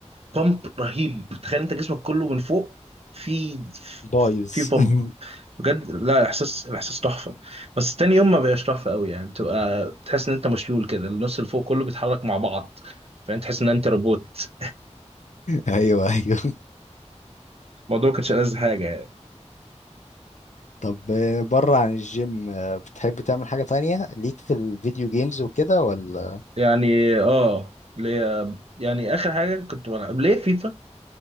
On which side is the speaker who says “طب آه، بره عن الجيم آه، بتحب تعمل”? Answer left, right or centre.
Left